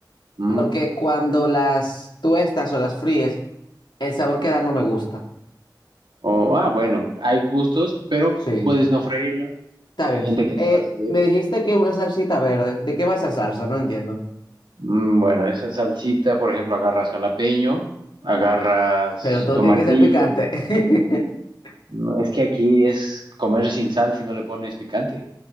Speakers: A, on the right; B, on the left.
A: ¿Mm?
B: porque cuando las tuestas o las fríes, el sabor que da no me gusta.
A: O, ah, bueno, hay gustos, pero
B: Sí,
A: puedes no freírla.
B: está bien.
A: Hay gente que
B: Eh,
A: no la fríe.
B: me dijiste que una salsita verde. ¿De qué va esa salsa? No entiendo.
A: Mm, bueno, esa salsita, por ejemplo, agarras jalapeño, agarras
B: Pero todo
A: tomatillo.
B: tiene que ser picante. <laughs>
A: No, Es que aquí es comer sin sal si no le pones picante.